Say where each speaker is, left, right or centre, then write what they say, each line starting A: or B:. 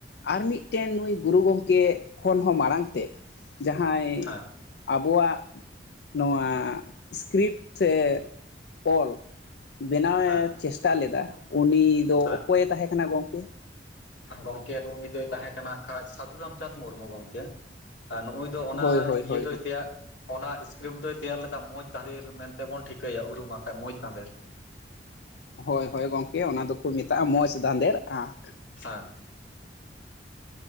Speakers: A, on the left; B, on the left.
A: ᱟᱨ ᱢᱤᱫᱴᱮᱱ ᱱᱩᱭ ᱜᱩᱨᱩ ᱜᱚᱢᱠᱮ ᱠᱷᱚᱱ ᱦᱚᱸ ᱢᱟᱲᱟᱝ ᱛᱮ, ᱡᱟᱦᱟᱸᱭ
B: ᱦᱮᱸ
A: ᱟᱵᱚᱣᱟᱜ ᱱᱚᱣᱟ ᱥᱠᱨᱤᱯᱴ ᱥᱮ ᱚᱞ ᱵᱮᱱᱟᱣᱮ
B: ᱦᱮᱸ
A: ᱪᱮᱥ ᱛᱟ ᱞᱮᱫᱟ ᱩᱱᱤ ᱫᱚ
B: ᱦᱮᱸ᱾
A: ᱚᱠᱚᱭᱮ ᱛᱟᱦᱮᱸ ᱠᱟᱱᱟ ᱜᱚᱢᱠᱮ?
B: ᱜᱚᱝᱠᱮ ᱱᱩᱜ ᱩᱭ ᱫᱚᱭ ᱛᱟᱦᱮᱸ ᱠᱟᱱᱟ ᱦᱟᱸᱜ ᱠᱷᱟᱡᱽ ᱥᱟᱫᱷᱩ ᱨᱟᱢᱪᱟᱸᱫᱽ ᱢᱩᱨᱢᱩ ᱜᱚᱝᱠᱮ ᱟᱨ ᱱᱩᱜ ᱩᱭ, ᱫᱚ ᱚᱱᱟ
A: ᱦᱳᱭ ᱦᱳᱭ
B: ᱤᱭᱟᱹ
A: ᱦᱳᱭ
B: ᱫᱚ
A: ᱜᱚᱢᱠᱮ
B: ᱛᱮᱭᱟᱨ, ᱚᱱᱟ ᱤᱥᱠᱨᱤᱯᱴ ᱫᱚᱭ ᱛᱮᱭᱟᱨ ᱞᱮᱫᱟ ᱢᱚᱡᱽ ᱫᱷᱟᱸᱫᱮᱨ ᱢᱮᱱᱛᱮ ᱵᱚᱱ ᱴᱷᱤᱠᱟᱹᱭᱟ ᱩᱨᱩᱢᱟ ᱦᱟᱸᱜ ᱠᱷᱟᱡ ᱢᱚᱡᱽ ᱫᱷᱟᱸᱫᱮᱨ,
A: ᱦᱳᱭ ᱦᱳᱭ ᱜᱚᱢᱠᱮ ᱚᱱᱟ ᱫᱚᱠᱚ ᱢᱮᱛᱟᱜᱼᱟ ᱢᱚᱡᱽ ᱫᱷᱟᱸᱫᱮᱨ ᱟᱸᱠ᱾
B: ᱥᱟ,